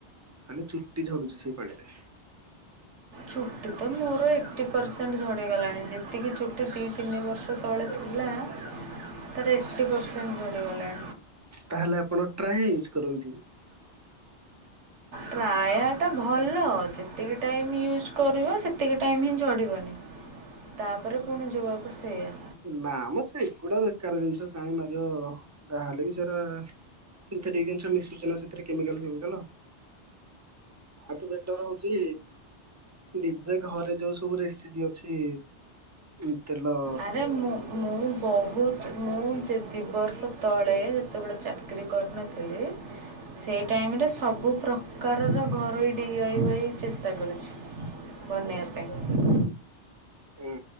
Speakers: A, on the right (about 25°); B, on the right (about 80°).
A: ଖାଲି ଚୁଟି ଝଡ଼ୁଛି ସେଇ ପାଣି ରେ।
B: ଚୁଟି ତ ମୋର ଏଇଟି ପର୍ସେଣ୍ଟ ଝଡ଼ିଗଲାଣି ଯେତିକି ଚୁଟି ଦିଇ ତିନି ବର୍ଷ ତ ତଳେ ଥିଲା ତାର ଏଇଟି ପର୍ସେଣ୍ଟ ଯଡ଼ିଗଲାଣି।
A: ତାହେଲେ ଆପଣ ଟ୍ରାୟା ୟୁଜ୍ କରନ୍ତୁ।
B: ଟ୍ରାୟା ଟା ଭଲ ଯେତିକି ଟାଇମ ୟୁଜ କରିବ ସେତିକି ଟାଇମ ହିଁ ଝଡ଼ିବନି। ତାପରେ ପୁଣି ଯୋଉଆ କୁ ସେଇଆ।
A: ନା ମ ସେଗୁଡ଼ା ବେକାର ଜିନିଷ କାହିଁ ମାରିବ ଯାହେଲେ ବି ସେରା ସିନ୍ଥେଟିକ୍ ଜିନିସ ମିଶୁଚି ନା ସେଥିରେ କେମିକାଲ ଫେମିକାଲ। ଆଠୁ ବେଟର ହୋଉଚି ନିଜେ ଘରେ ଯୋଉ ସବୁ ରେସିପି ଅଛି ଉଁ ତେଲ
B: ଆରେ ମୁଁ ମୁଁ ବୋହୁ ମୁଁ ଯେ ଦି ବର୍ଷ ତଳେ ଯେତେବେଳେ ଚାକିରୀ କରିନଥିଲି। ସେହି ଟାଇମରେ ସବୁ ପ୍ରକାରର ଘରୋଇ ଡିଆଇ ୱାୟୀ ଚେଷ୍ଟା କରୁଛି। ବନେଇବା ପାଇଁ।
A: ହୁଁ।